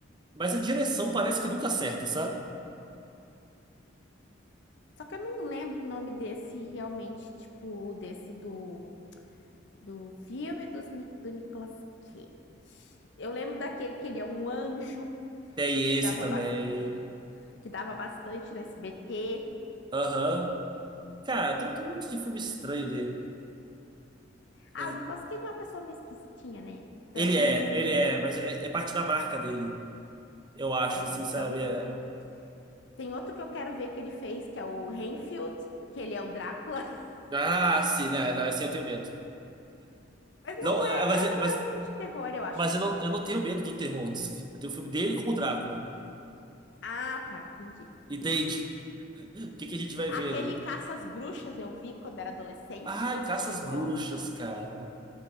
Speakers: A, on the right; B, on the left.
A: mas a direção parece que nunca acerta, sabe?
B: Só que eu não lembro o nome desse realmente, tipo, desse do, do filme dos, Ni- do Nicolas Cage. Eu lembro daquele que ele é um anjo,
A: Tem
B: que
A: esse
B: dava,
A: também.
B: bas- que dava bastante no SBT.
A: Aham. Cara, tem, tem um monte de filme estranho dele.
B: Ah,
A: É,
B: o Nicolas Cage é uma pessoa meio esquisitinha, né? Então.
A: Ele é, ele é, mas é, é parte da marca dele, eu acho,
B: É,
A: assim, sabe?
B: então, tipo,
A: É-
B: tem outro que eu quero ver que ele fez, que é o Renfield, que ele é o Drácula. <laughs>
A: Ah, sim, né? Não, assim eu tenho medo.
B: Mas
A: Não,
B: não
A: é,
B: é,
A: mas,
B: é-
A: é-
B: não
A: mas,
B: é o filme de terror, eu acho.
A: mas eu não, eu não tenho medo do terror desse filme. Eu tenho o filme dele como Drácula.
B: Ah, tá, entendi.
A: Entende?
B: Tá.
A: O que que a gente vai
B: Aquele
A: ver ali?
B: Caça às Bruxas eu vi quando era adolescente,
A: Ai, Caça
B: achei
A: às
B: bom,
A: Bruxas, cara.